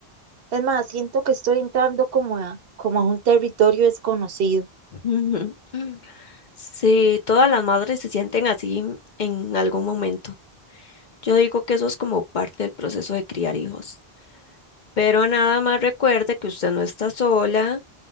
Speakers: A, on the right; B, on the left.
A: Es más, siento que estoy entrando como a, como a un territorio desconocido.
B: <laughs> Sí, todas las madres se sienten así en algún momento. Yo digo que eso es como parte del proceso de criar hijos. Pero nada más recuerde que usted no está sola,